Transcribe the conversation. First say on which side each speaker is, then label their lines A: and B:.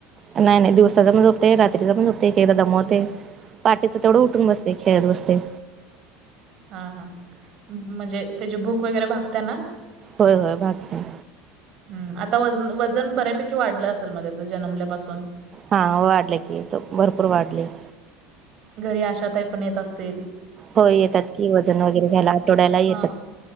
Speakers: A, on the right; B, on the right.
A: नाही नाही दिवसाच पण झोपतय, रात्रीच पण झोपतय, एक एकदा दमवतय. पाटेचं तेवढं उठून बसतय, खेळत बसतय.
B: हा हा म्हणजे त्याची भूक वगैरे भागत्या ना.
A: होय होय भागतिया
B: हम्म आता वजन वजन बऱ्यापैकी वाढलं असेल, म त्याच जन्मल्यापासून
A: हा वाढलय की, एकदम भरपूर वाढलय.
B: घरी आशाताई पण येत असतील.
A: होय येतात की, वजन वगैरे घ्यायला आठवड्याला येतात.
B: हा